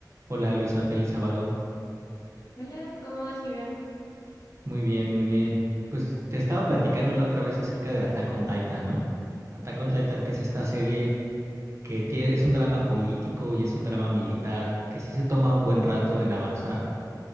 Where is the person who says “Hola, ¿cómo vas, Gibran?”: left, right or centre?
Left